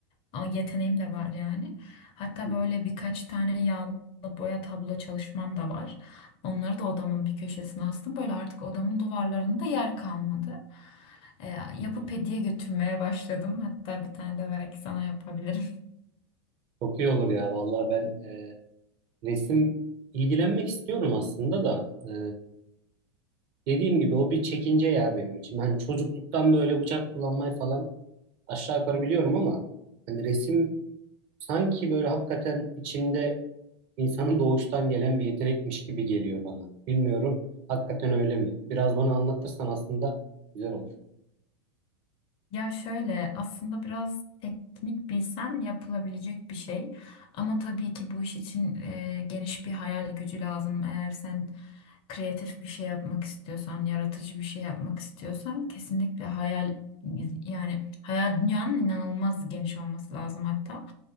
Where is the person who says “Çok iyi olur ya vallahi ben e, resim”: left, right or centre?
Right